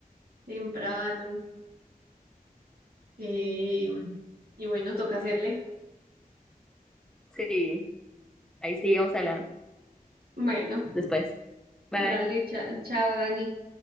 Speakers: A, on the right (about 80°); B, in the centre.
A: temprano. eh, y bueno, toca hacerle.
B: Sí, ahí seguimos hablando
A: Bueno,
B: después. Bye.
A: dale, cha- chao, Dani.